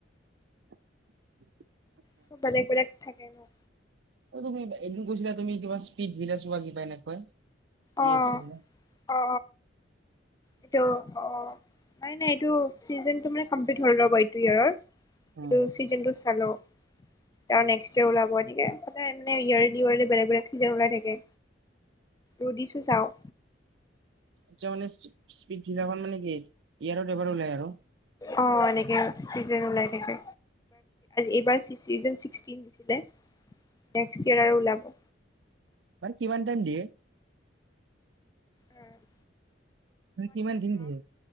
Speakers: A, on the right; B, on the left.
A: <inaudible>
B: চব বেলেগ, বেলেগ থাকে ন'।
A: তুমি এদিন কৈছিলা তুমি কিবা স্পীট ভিলা চোৱা কিবা এনেকুৱা। কি
B: অ
A: আছিলে?
B: অ অ এইটো অ', নাই, নাই এইটো চিজনটো মে কমপ্লিট হৈ ৰ'ব এইটো ইয়েৰৰ,
A: উম।
B: এইটো, চিজনটো চালো। ত' নেক্স ইয়েৰ ওলাব এনেকে, ইয়েৰলি বেলেগ, বেলেগ চিজন ওলাই থাকে, ৰডিছো চাওঁ।
A: <unintelligible> স্পীলট ভিলা খন মানে কি, ইয়েৰত এবাৰ ওলাই আৰু
B: অ' এনেকে, যেন ওলাই থাকে, এইবাৰ চিজন ছিক্সটিন দিছিলে নেক্স ইয়েৰ আৰু ওলাব।
A: কিমান টাইম দিয়ে?
B: উম'
A: তুমি কিমান দিন দিয়ে?